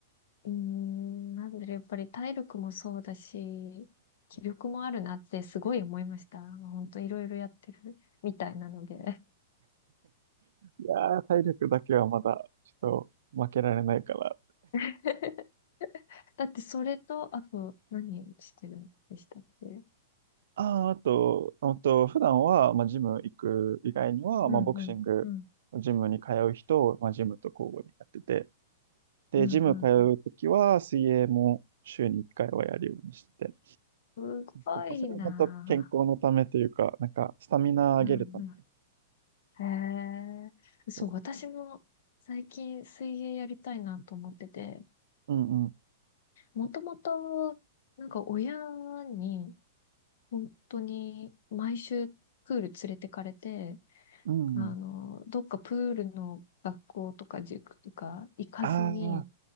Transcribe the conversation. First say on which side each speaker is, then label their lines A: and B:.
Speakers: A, on the left; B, on the right.
A: うーん、なんだろう、やっぱり体力もそうだし、気力もあるなってすごい思いました。本当いろいろやってるみたいなので。
B: いやー、体力だけはまだ、ちょっと負けられないから。
A: <laughs> だって、それと、あと、何してるんでしたっけ
B: ああ、あと、あと、普段は、まあ、ジム行く以外には、
A: うんうん、
B: まあ、ボクシング、
A: うん、
B: ジムに通う人を、まあ、ジムと交互にやってて、で、
A: うん、うん。
B: ジム通うときは、
A: うん
B: 水泳も週に1回はやるようにしてて、
A: すごいな。
B: まあそれは本当健康のためというか、なんか、スタミナ上げるために。
A: うんうんへえ。そう、
B: そ
A: 私も最近水泳やりたいなと思ってて、
B: う。うんうん。
A: もともと、なんか親に、本当に毎週プール連れてかれて、
B: うんうん。
A: あの、どっかプールの学校とか塾とか行かずに、
B: ああ、